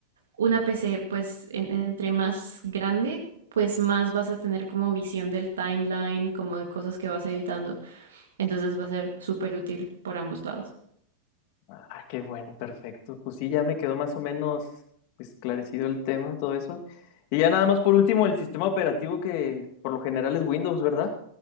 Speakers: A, on the right; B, on the left.
A: Una PC, pues, en- entre más grande, pues más vas a tener como visión del timeline, como de cosas que vas editando. Entonces va a ser súper útil por ambos lados.
B: Ah, qué bueno, perfecto. Pues sí, ya me quedó más o menos esclarecido el tema, todo eso. Y ya nada más por último, el sistema operativo que por lo general es Windows, ¿verdad?